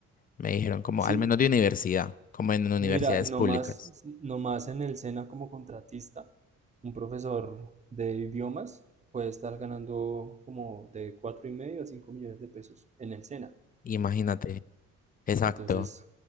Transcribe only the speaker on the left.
Me dijeron como al
menos de universidad, como en universidades
públicas.
Imagínate, exacto.